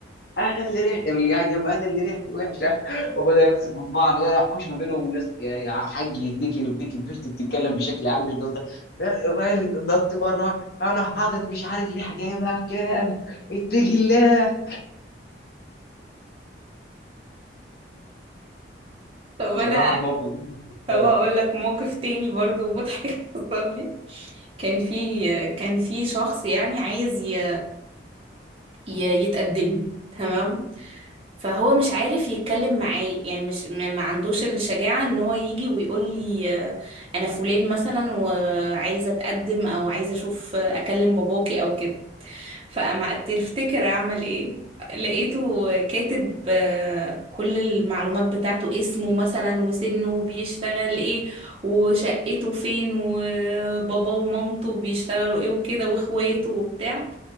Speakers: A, on the left; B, on the right.
A: انا اللي ريحتي اللي قاعد جنب انا اللي ريحتي وحشه <laughs> وبدا يمسكوا في بعض ولا حوش ما بينهم والناس يا يا حاج يهديك يهديك البنت بتتكلم بشكل عام مش قصدك الراجل نط بره انا حاطط مش عارف ليه جايبها بكام اتقي الله
B: طب
A: بصراحه
B: انا
A: الموقف ده مش متخيل.
B: طب هقول لك موقف تاني برضو مضحك <laughs> حصل لي كان في كان في شخص يعني عايز ي... ي- يتقدم لي تمام فهو مش عارف يتكلم معايا يعني مش ما ما عندوش الشجاعة ان هو يجي ويقول لي آه، انا فلان مثلا وعايزة اتقدم او عايزة اشوف آه، اكلم باباكي او كده فاما تفتكر اعمل ايه لقيته كاتب آه، كل المعلومات بتاعته اسمه مثلا وسنه وبيشتغل ايه وشقته فين وبابا ومامته بيشتغلوا ايه وكده واخواته وبتاع